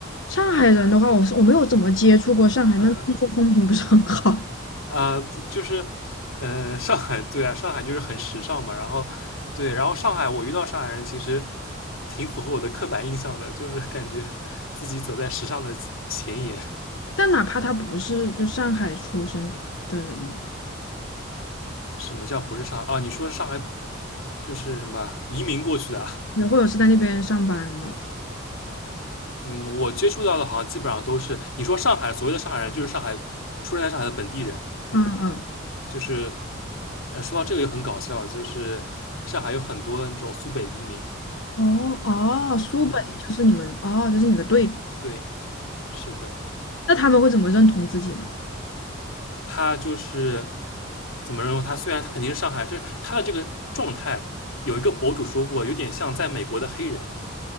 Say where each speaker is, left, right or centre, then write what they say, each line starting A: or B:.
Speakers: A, on the left; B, on the left.
A: 上海人的话，我是我没有怎么接触过上海，
B: 嗯、
A: 那听说风评不是很好，
B: 啊，就是呃，上海对啊，上海就是很时尚嘛，然后对，然后上海我遇到上海人其实挺符合我的刻板印象的，就是感觉自己走在时尚的前沿，
A: <laughs> 但哪怕他不是就上海出生的人嘛，
B: 什么叫不是上海啊？你说上海就是什么移民过去的啊
A: 也或者是在那边上班的。
B: 嗯，我接触到的好像基本上都是你说上海所谓的上海人，就是上海出生在上海的本地人。嗯，
A: 嗯嗯，
B: 就是呃，说到这个就很搞笑，就是上海有很多的那种苏北移民。
A: 哦哦，苏北就是你们哦，
B: 嗯，
A: 就是你的队，
B: 对，是的，
A: 那他们会怎么认同自己呢？
B: 他就是怎么认为？他虽然他肯定是上海，就是他的这个状态，有一个博主说过，有点像在美国的黑人。